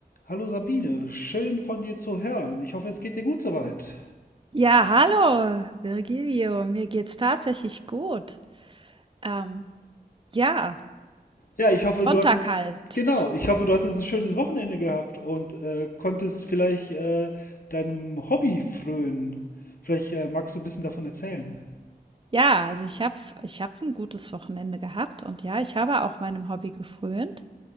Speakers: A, on the left; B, on the right.
A: Hallo Sabine, schön von dir zu hören. Ich hoffe, es geht dir gut soweit.
B: Ja, hallo, Virgilio. Mir geht's tatsächlich gut. Ähm, ja,
A: Ja, ich hoffe,
B: Sonntag
A: du hattest,
B: halt.
A: genau, ich hoffe, du hattest ein schönes Wochenende gehabt und äh, konntest vielleicht äh, deinem Hobby frönen. Vielleicht äh, magst du ein bisschen davon erzählen.
B: Ja, also ich habe ich hab ein gutes Wochenende gehabt und ja, ich habe auch meinem Hobby gefrönt.